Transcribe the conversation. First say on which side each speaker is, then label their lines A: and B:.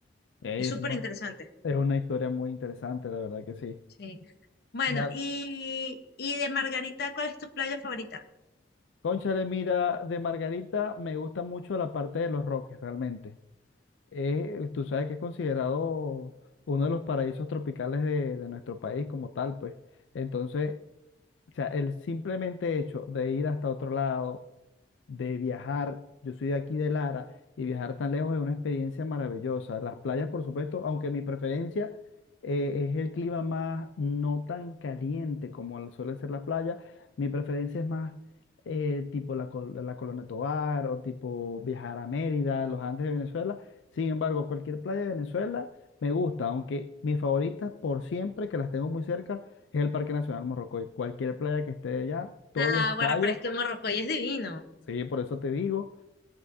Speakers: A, on the left (about 90°); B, on the left (about 60°).
A: Es
B: Es súper
A: un-
B: interesante.
A: es una historia muy interesante, la verdad que sí.
B: Sí. Bueno,
A: Claro.
B: y, y de Margarita, ¿cuál es tu playa favorita?
A: Cónchale, mira, de Margarita me gusta mucho la parte de los roques, realmente. es tú sabes que es considerado uno de los paraísos tropicales de, de nuestro país como tal, pues. Entonces, o sea, el simplemente hecho de ir hasta otro lado, de viajar, yo soy de aquí de Lara, y viajar tan lejos es una experiencia maravillosa. Las playas, por supuesto, aunque mi preferencia eh, es el clima más no tan caliente como el- suele ser la playa, mi preferencia es más eh, tipo la, col- la Colonia Tovar o tipo viajar a Mérida, los Andes de Venezuela. Sin embargo, cualquier playa de Venezuela me gusta, aunque mis favoritas por siempre, que las tengo muy cerca, es el Parque Nacional Morrocoy. Cualquier playa que esté allá, todos
B: Ah,
A: los
B: Guarra,
A: callos,
B: pero es que Morrocoy es divino.
A: sí, por eso te digo.